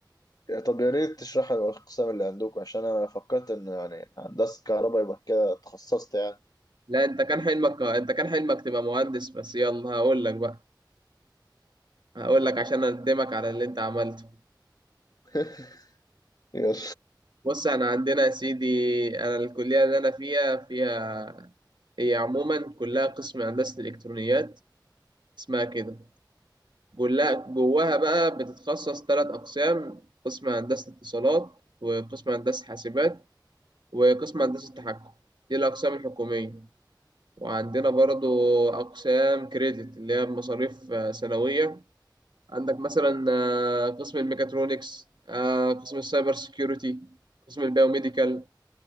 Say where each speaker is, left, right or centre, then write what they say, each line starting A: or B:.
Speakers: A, on the left; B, on the right.
A: طب يا ريت تشرح لي الأقسام اللي عندكم عشان أنا فكرت إنه يعني هندسة كهرباء يبقى كده اتخصصت يعني
B: لا انت كان حلمك انت كان حلمك تبقى مهندس بس يلا هقول لك بقى هقول لك عشان اقدمك على اللي انت عملته
A: <laughs> يلا
B: بص انا عندنا يا سيدي انا الكليه اللي انا فيها فيها هي عموما كلها قسم هندسه الالكترونيات اسمها كده جواها جواها بقى بتتخصص ثلاث أقسام قسم هندسة اتصالات وقسم هندسة حاسبات وقسم هندسة تحكم دي الأقسام الحكومية وعندنا برضو أقسام كريدت اللي هي مصاريف آه، سنوية عندك مثلا آه، قسم الميكاترونكس آه، قسم السايبر سيكيورتي قسم البيوميديكال